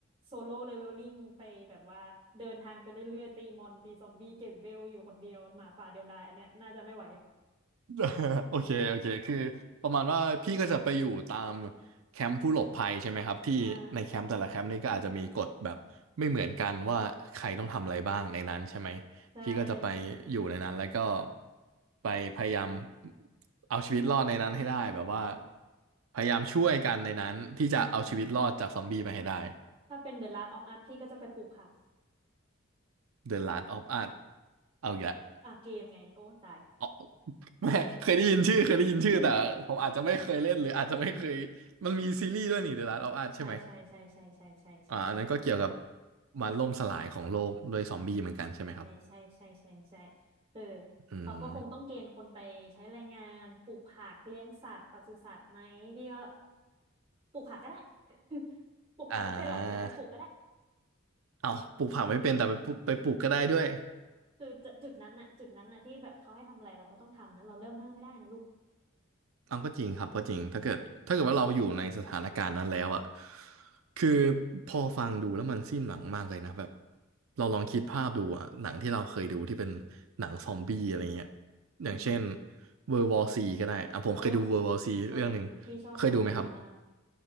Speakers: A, on the right; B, on the right.
A: โซโล่เลเวลลิ่งไปแบบว่าเดินทางไปเรื่อยๆตีมอนตีซอมบี้เก็บเวลอยู่คนเดียวหมาป่าเดียวดายอันเนี้ยน่าจะไม่ไหว
B: <laughs> โอเคโอเคคือประมาณว่าพี่ก็จะไปอยู่ตามแคมป์ผู้หลบภัยใช่ไหมครับที่ในแคมป์แต่ละแคมป์นี่ก็อาจจะมีกฎแบบไม่เหมือนกันว่าใครต้องทำอะไรบ้างในนั้นใช่ไหม
A: ใช่ ใช่
B: พี่ก็จะไปอยู่ในนั้นแล้วก็ไปพยายามเอาชีวิตรอดในนั้นให้ได้แบบว่าพยายามช่วยกันในนั้นที่จะเอาชีวิตรอดจากซอมบี้ไปให้ได้
A: อืมถ้าเป็น The Last of Us พี่ก็จะไปปลูกผัก
B: The Last of Us เอาอีกแล้ว
A: อ่ะเกมไง โอ้ตาย
B: อ๋อ <laughs> ไม่เคยได้ยินชื่อเคยได้ยินชื่อแต่ผมอาจจะไม่เคยเล่นหรืออาจจะไม่เคย
A: <laughs>
B: มันมีซีรีส์ด้วยนี่ The Last of Us
A: ใช่ใช่ใช่ใช่ใช่ใช่ใช่
B: ใช่ไหมอ่าอันนั้นก็เกี่ยวกับมันล่มสลายของโลกด้วยซอมบี้เหมือนกันใช่ไหมครับ
A: ใช่ใช่ใช่ใช่ใช่คือ
B: อืม
A: เขาก็คงต้องเกณฑ์คนไปใช้แรงงานปลูกผักเลี้ยงสัตว์ปศุสัตว์ไหมพี่ก็ปลูกผักก็ได้ <laughs> ปลูกผักไม่เป็นหรอกแต่ไปปลูกก็ได้
B: อ่าเอาปลูกผักไม่เป็นแต่ไปปลูกไปปลูกก็ได้ด้วย
A: คือจุดนั้นน่ะจุดนั้นน่ะที่แบบเขาให้ทำอะไรเราก็ต้องทำนะเราเลือกมากไม่ได้นะลูก
B: เอาก็จริงครับก็จริงถ้าเกิดถ้าเกิดว่าเราอยู่ในสถานการณ์นั้นแล้วอ่ะคือพอฟังดูแล้วมันสิ้นหวังมากเลยนะแบบเราลองคิดภาพดูอ่ะหนังที่เราเคยดูที่เป็นหนังซอมบี้อะไรเงี้ย
A: อืม
B: อย่างเช่น World War C ก็ได้อ่ะผมเคยดู
A: โอ้ย
B: World War C
A: โอ้ยพี่ชอบวาวาซีมาก
B: เรื่องหนึ่งเคยดูไหมครับ